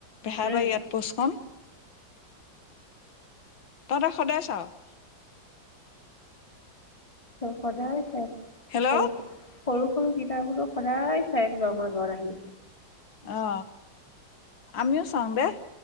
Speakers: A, on the left; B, on the left.
A: বেহাৰবাৰি
B: উম
A: আউট পষ্টখন। তহতে সদায় চাও?
B: সদায় চাই সৰু,
A: হেল্ল'
B: সৰু হও কিতাপোৰো সদায় চাই লম ঘৰ আহি।
A: অ, আমিও চাওঁ দেই,